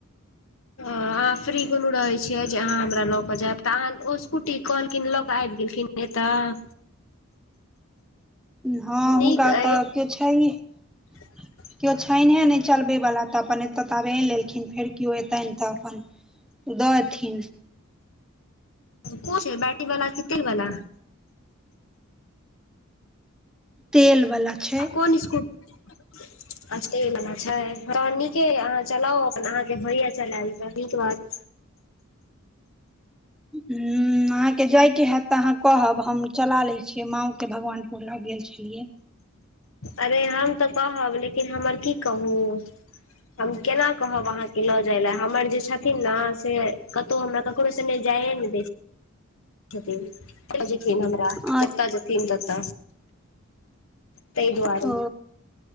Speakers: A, on the left; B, in the centre.
A: अहाँ फ्री कोनो रहै छियै जे अहाँ हमरा लऽ के जायब। तहन ओ स्कूटी कहलखिन लऽ क आबि गेलखिन एतऽ।
B: हँ
A: नीक
B: हुनका
A: अइ
B: त केव छैह।
A: <inaudible>
B: केओ छैनिहे नहि चलबैवला त अपन एतय तबे आएन लेलखिन फेर केओ अयतन त अपन द देथिन।
A: कौन छिए बैट्री वला की तेल वला?
B: तेल वला छै
A: कौन स्कु अच्छा तेल वाला छैय नीकेह चलाउ अपन अहाँ के होइया चलाल जा नीक बात।
B: हूँ अहाँके जाइके हैत तऽ अहाँ कहब हम चला लै छियै माँ के भगवानपुर लग गेल छलियै।
A: अरे हम त कहब लेकिन हमर की कहूँ हम केना कहब अहाँके लऽ जाय लै हमर जे छथिन ने से तौ हमरा ककरो संगे जाइ नहिं दय छथिन ल जेथिन हमरा
B: अ
A: जत जेथिन। जेथिन तत तहि दुआरे।
B: ओ